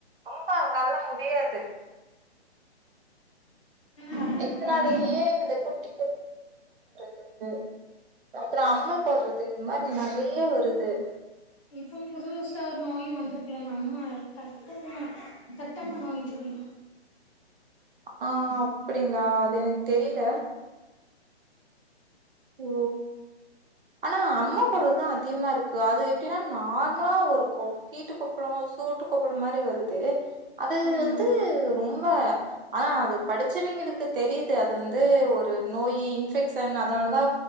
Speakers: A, on the right; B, on the left.
A: ரொம்ப அவங்கனால்லா முடியா
B: ஆ
A: இதனாலயே
B: கண்டிப்பா
A: அந்த குட்டி துது அப்றோ அம்ம போட்றது இது மாரி நெறையா வருது
B: இப்பவு புதுசா ஒரு நோயு வந்துருக்கல அம்ம தட்டம்ம தட்டம்ம நோயின் சொல்லி
A: ஆ அப்டிங்ளா அது எனக்கு தெரில ஓ ஆனா அம்மா போட்ற தா அதிகமா இருக்கு அது எப்டின்னா நார்மலா ஒரு <unintelligible> ஹீட்டு கொப்ளோ சூட்டு கொப்ளோம் மாரி வருது அது
B: ஆமா
A: வந்து
B: ஆமா
A: ரொம்ப ஆனா அது படிச்சவைங்களுக்கு தெரியிது அது வந்து ஒரு நோயி இன்பெக்ஷன் அதனாலதா